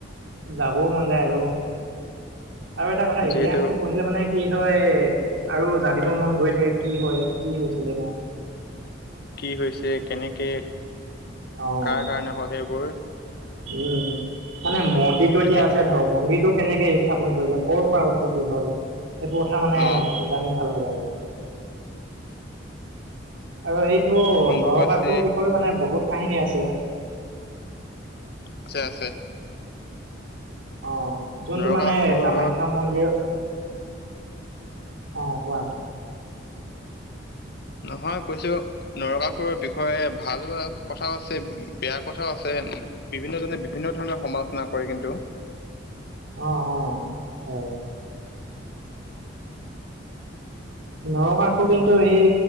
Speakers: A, on the right; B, on the left.
A: যাবও মন যায় আৰু আৰু এটা কথা ইতিহাসটো
B: যিহেতু
A: পঢ়িলে মানে কি হয় আৰু জানিব মন গৈ থাকে কি হয় কি হৈছিলে নে
B: কি হৈছে কেনেকৈ
A: অ'।
B: কাৰ কাৰণে হ'ল সেইবোৰ
A: উম মানে মন্দিৰটো
B: সেই-
A: এতিয়া আছে ধৰক মন্দিৰটো কেনেকে স্থাপন কৰিলে কৰ' পৰা উৎপত্তি হল সেইবোৰ কথা মানে
B: অ'
A: জানি ভাল আৰু সেইটো
B: অম্বুবাচী
A: নৰকাকোৰ মানে বহুত কাহিনী আছে
B: আছে আছে
A: অ যোনটো
B: নৰকাসুৰৰ
A: মানে কামাখ্যা মন্দিৰত অ কোৱা
B: নহয় কৈছো নৰকাসুৰৰ বিষয়ে ভাল কথাও আছে বেয়া কথাও আছে বিভিন্ন জনে বিভিন্ন ধৰণৰ সমালোচনা কৰে কিন্তু
A: অ অ হয় নৰকষু কিন্তু সেই